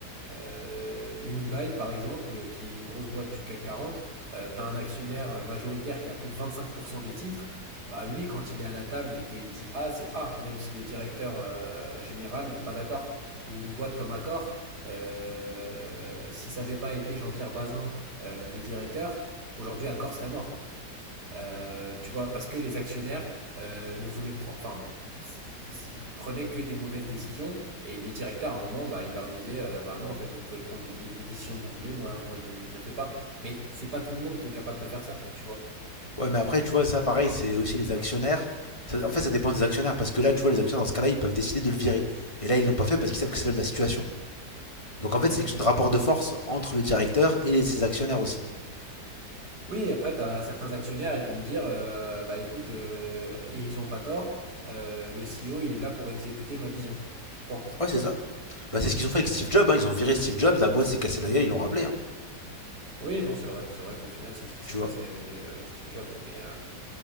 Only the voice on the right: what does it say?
euh, Unibail, par exemple, qui est une grosse boîte du CAC quarante, euh, tu as un actionnaire majoritaire qui a plus de 25% des titres. Bah lui, quand il est à la table et qu'il dit A, c'est A, même si le directeur euh, général n'est pas d'accord. Ou une boîte comme Accor, euh, si ça n'avait pas été Jean-Pierre Bazin, euh, le directeur, aujourd'hui Accor serait mort. Euh, tu vois, parce que les actionnaires euh, ne voulaient prendre, enfin, s- s- ils prenaient que des mauvaises décisions. Et le directeur, à un moment, bah, il leur disait, euh, bah non, en fait, vous pouvez prendre les, di- les décisions que vous voulez. Moi, moi, je, je fais pas. Mais c'est pas tout le monde qui est capable de faire ça, tu vois.
Oui, après, t'as certains actionnaires, ils vont te dire, euh, bah écoute, euh, et ils ont pas tort. euh, le CEO, il est là pour exécuter ma vision. Point.
Donc,
euh,
oui, non, c'est vrai. C'est vrai qu'au final, c'est ce qui s'est
passé
avec, euh, avec Steve Jobs. Mais euh,